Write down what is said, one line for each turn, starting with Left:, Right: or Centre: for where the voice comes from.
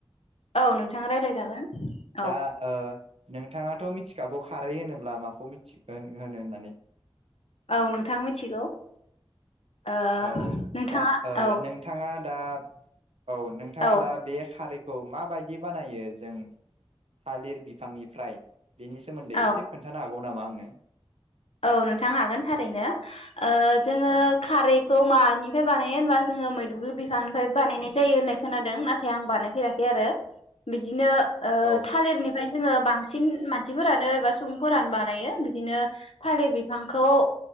Left: औ नोंथाङा राय्लायजागोन
Right: दा
Left: औ।
Right: ओ नोंथाङाथ' मिथि खारै होनोब्ला माखौ मिथियो होनो होननानै
Left: औ नोंथां मिथिगौ ओ
Right: औ
Left: नोंथाङा
Right: दा
Left: औ
Right: नोंथाङा। दा। औ नोंथाङा
Left: औ
Right: दा बे खारै। खौ माबायदि बानायो जों थालिर बिफांनिफ्राय। बेनि सोमोन्दै
Left: औ
Right: एसे खोन्थानो हागौ नामा आंनो। <unintelligible>
Left: औ नोंथां हागोन थारैनो जोङो
Right: औ
Left: खारै मानिफ्राय बानायो होनबा जोङो मैद्रु बिफांनिफ्राय बानायनाय जायो होननाय खोनादों नाथाय आं बानायफेराखै आरो बिदिनो
Right: औ
Left: थालिरनिफ्राय जोङो बांसिन मानसिफोरानो एबा सुबुंफोरानो बानायो बिदिनो थालिर बिफांखौ